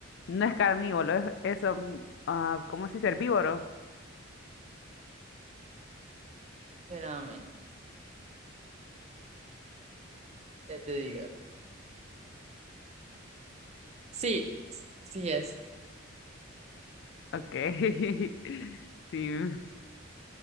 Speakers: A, on the left; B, on the right.
A: no es carnívoro, es, es om- ah, ¿cómo se dice? Herbívoro.
B: Espérame, ya te digo. Sí, sí es.
A: Okay. <laughs> Sí.